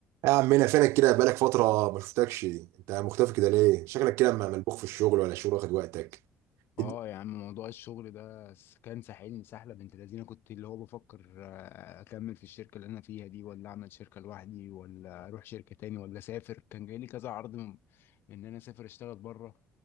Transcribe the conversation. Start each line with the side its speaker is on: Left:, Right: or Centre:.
Right: يا عمنا فينك كده بقالك فترة ما شفتكش انت مختفي كده ليه؟ شكلك كده م- ملبوخ في الشغل ولا الشغل واخد وقتك
Left: اه
Right: الد-
Left: يا عم موضوع الشغل ده س- كان ساحلني سحله بنت لذينه كنت اللي هو بفكر آه، اكمل في الشركه اللي انا فيها دي ولا اعمل شركه لوحدي ولا اروح شركه تاني ولا اسافر كان جاي لي كذا عرض من ان انا اسافر اشتغل بره